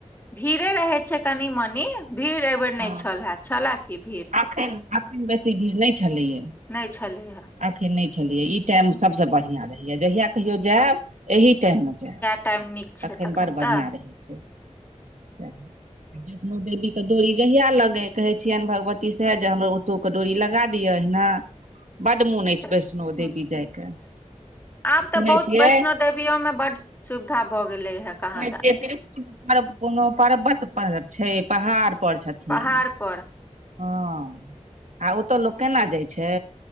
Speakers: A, on the left; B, on the right.
A: भीड़े रहै छै कनि मनी भीड़ एहिबेर
B: हँ
A: नहि छल हे छलए की भीड़?
B: एखन अखन बेसी भीड़ नहि छलैया।
A: नहि छलै हे।
B: अखन नहि छलियै ई टाइम सभसँ बढ़िआँ रहैयए जहियआ कहियो जायब एहि टाइममे जायब।
A: त नीक <unintelligible>
B: एखन बड़ बढ़िआँ
A: तऽ
B: रहै छैए। वैष्णो देवी के डोरी गहिया लगे कहे छियनि भगवती से जे हमरो ओतो के डोरी लगा दिय ने, बड मोन अछि
A: से हम्म,
B: वैष्णो देवी जायके
A: आब
B: सुनै
A: तऽ बहुत
B: छियै।
A: वैष्णो देवियो मे बड सुविधा भऽ गेले हे। कहाँ
B: त्रिकुट
A: दन
B: पर् कोनो पर्वत छै पहाड़ पर छथिन।
A: पहाड़
B: ठीक
A: पर
B: हँ आ ओतऽ लोक केना जाइ छै।